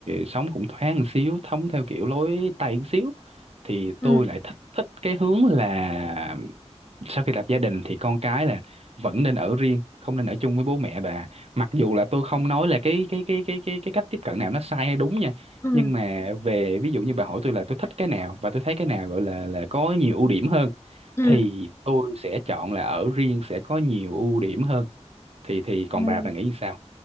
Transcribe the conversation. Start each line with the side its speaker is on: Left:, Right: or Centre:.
Right: sống cũng thoáng một xíu sống theo kiểu lối Tây một xíu thì
Left: ừ
Right: tôi lại thích thích cái hướng là sau khi lập gia đình thì con cái là vẫn nên ở riêng không nên ở chung với bố mẹ bà mặc dù là tôi không nói là cái cái cái cái cái cái cách tiếp cận nào nó sai hay đúng nha
Left: ừ
Right: nhưng mà về ví dụ như bà hỏi tôi là tôi thích cái nào và tôi thấy cái nào gọi là là có nhiều ưu điểm hơn
Left: ừ
Right: thì tôi sẽ chọn là ở riêng sẽ có nhiều ưu điểm hơn thì thì còn
Left: ừ.
Right: bà bà nghĩ như sao